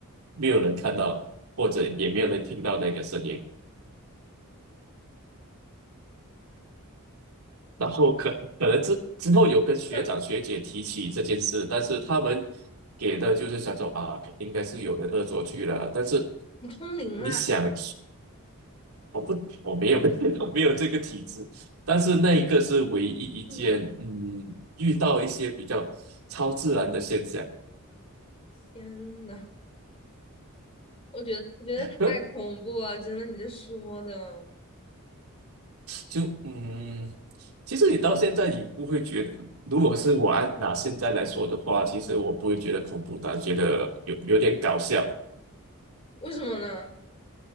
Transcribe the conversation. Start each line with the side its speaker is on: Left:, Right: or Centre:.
Right: 没有人看到，或者也没有人听到那个声音。然后可可能之之后有跟学长学姐提起这件事，
Left: 啊，
Right: 但是他们给的就是想说啊，应该是有人恶作剧了。但是
Left: 你通灵啦！
Right: 你想，我不，我没有 <laughs> 没有这个体质，但是那一个是唯一一件，
Left: 天呐，
Right: 嗯，遇到一些比较超自然的现象，
Left: 天呐，我觉得我觉得太恐怖了，
Right: 呃，
Left: 真的，你这说的，
Right: 就嗯，其实你到现在你不会觉得，如果是我按拿现在来说的话，其实我不会觉得恐怖但觉得有有点搞笑，
Left: 为什么呢？